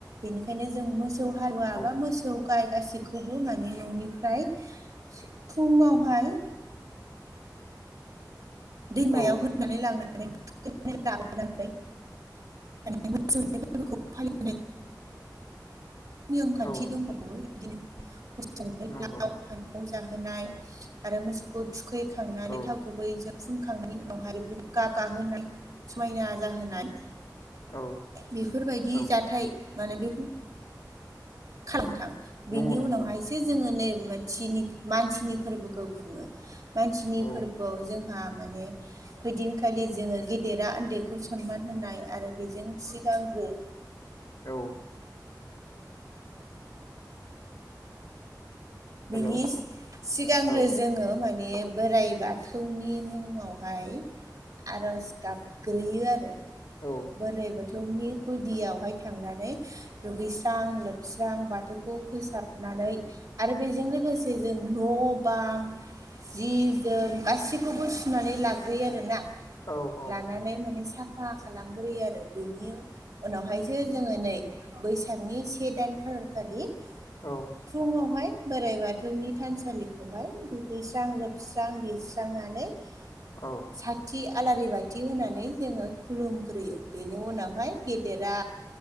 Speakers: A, on the right (about 70°); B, on the left (about 70°).
A: बेनिखायनो जों मोसौ मोसौ हालुवा
B: औ
A: बा मोसौ गाइ गासैखौबो माने न'निफ्राय फुङावहाय दैमायाव
B: औ
A: होनानै लांनानै थुखैनानै लाबोनानै माने मोसौनि फोरबोखौ फालिनाय नियम खान्थि
B: औ
A: दंबावो बिदिनो मोसौनो
B: नंगौ
A: लाउ फान्थाव जाहोनाय आरो मोसौखौ थुखैखांनानै
B: औ
A: थाव गुबैजों फुनखांनायनि उनावहाय बेफोरखौ गाब गाहोनाय समायना जाहोनाय
B: औ
A: बेफोरबायदि
B: औ
A: जाथाय माने बेफोर खालामो नोंथां बेनि
B: नंगौ नंगौ
A: उनावहायसो जोङो नै मानसिनि-मानसिनि फोरबोखौ खुङो। मानसिनि
B: औ
A: फोरबोआव जोंहा माने ओइदिनखालि जोङो गेदेरा उन्दैखौ सनमान होनाय आरो बेजों सिगांग्रो
B: औ हेलौ
A: बिनि सिगांग्रो
B: औ
A: जोङो माने बोराइ बाथौनि मुङावहाय आर'ज गाबग्रोयो आरो।
B: औ
A: बोराइ बोथौनि गुदियावहाय थांनानै दुगैस्रां लोबस्रां बाथौखौ फोसाब नानै आरो बेजों लोगोसे जों न' बां जि जोम गासैखौबो सुनानै लाग्रोयो आरोना।
B: औ
A: लानानै माने साफा खालामग्रोयो आरो बेनि उनावहायसो जोङो नै बैसागनि से दान खालार खालि
B: औ।
A: फुङावहाय बोराइ बाथौनि थानसालिखौहाय दुगैस्रां लोबस्रां लिरस्रांनानै
B: औ
A: साथि आलारि बाथि होनानै जोङो खुलुमग्रोयो बेनि उनावहाय गेदेरा